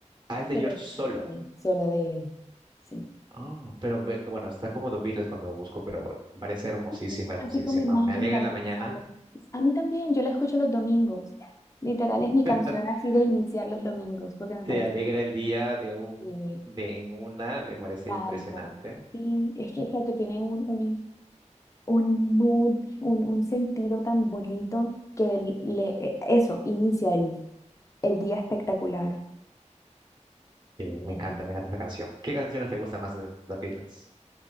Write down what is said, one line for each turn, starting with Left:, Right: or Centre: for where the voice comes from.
Right: Ah, es de
Left: pero
Right: George
Left: es
Right: Solo.
Left: sí, solo de él. Sí.
Right: Ah, pero ve- bueno, está como The Beatles cuando lo busco, pero parece hermosísima,
Left: Y
Right: hermosísima.
Left: Así como Imagine
Right: Me alegra
Left: también
Right: la mañana,
Left: sale. A mí también, yo la escucho los domingos. Literal es mi canción
Right: <laughs>
Left: así de iniciar los domingos, porque me
Right: te
Left: parece
Right: alegra el día de un,
Left: eh,
Right: de en una, me parece
Left: tal,
Right: impresionante.
Left: sí, es que, exacto, tienen un, un, un mood, un, un sentido tan bonito que el- le, eh, eso inicia el, el día espectacular.
Right: Sí,
Left: de
Right: me
Left: allí.
Right: encanta, me encanta esa canción. ¿Qué canciones te gustan más de The Beatles?